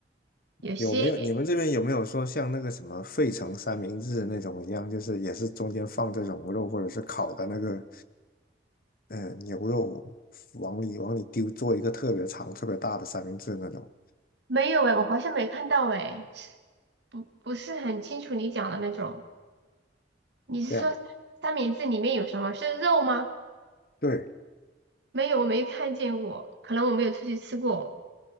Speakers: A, on the right; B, on the left.
A: 有些
B: 有没有？你们这边有没有说像那个什么费城三明治那种一样，就是也是中间放这种肉或者是烤的那个，呃，牛肉往里往里丢，做一个特别长、特别大的三明治那种？
A: 没有哎，我好像没看到哎，不不是很清楚你讲的那种。你是说三明治里面有什么？
B: 这样，
A: 是肉吗？
B: 对，
A: 没有，我没看见过，可能我没有出去吃过，